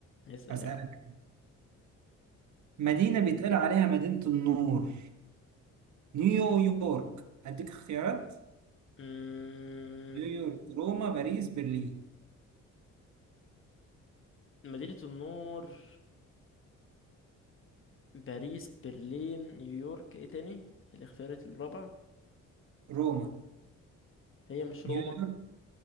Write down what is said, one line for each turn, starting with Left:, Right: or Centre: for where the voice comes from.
Left: اسأل
Right: هسألك
Left: يا عم
Right: مدينة بيتقال عليها مدينة النور نيويورك أديك اختيارات
Left: أمم،
Right: نيويورك روما باريس برلين
Left: مدينة النور باريس برلين نيويورك ايه تاني الاختيارات الرابع
Right: روما
Left: هي مش
Right: نيويورك
Left: روما